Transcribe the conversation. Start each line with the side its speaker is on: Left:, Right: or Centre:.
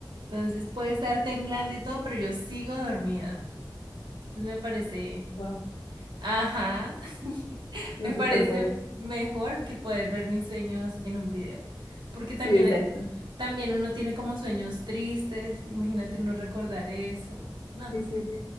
Right: Entonces puede estar temblando y todo, pero yo sigo dormida. Entonces me parece,
Left: Wow,
Right: ajá, <laughs>
Left: un
Right: me
Left: superpoder.
Right: parece mejor que poder ver mis sueños en un video, porque también,
Left: Sí, exacto.
Right: eh, también uno tiene como sueños tristes, imagínate uno recordar eso, no,
Left: Sí, sí, sí.